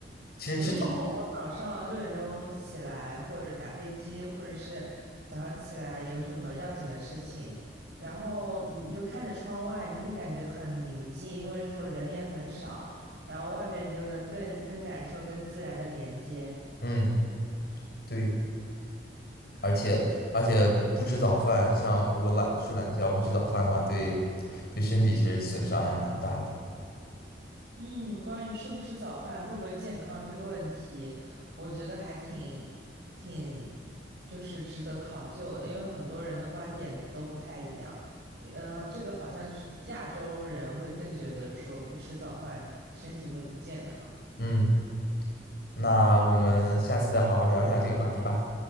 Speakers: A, on the left; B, on the right.
A: 其实吃早，
B: 有的时候我早上六点钟起来，或者赶飞机，或者是早上起来有什么要紧的事情，然后你就看着窗外，你就会感觉很宁静，因为这时候人也很少，然后外面你就能更更感受跟自然的连接。
A: 嗯，对，而且而且不吃早饭，像如果懒睡懒觉不吃早饭的话，对对身体其实损伤还蛮大的。
B: 嗯，关于吃不吃早饭会不会健康这个问题，我觉得还挺挺就是值得考究的，因为很多人的观点都不太一样。嗯，呃，这个好像就是亚洲人会更觉得说不吃早饭身体会不健康。
A: 嗯，那我们下次再好好聊一下这个话题吧。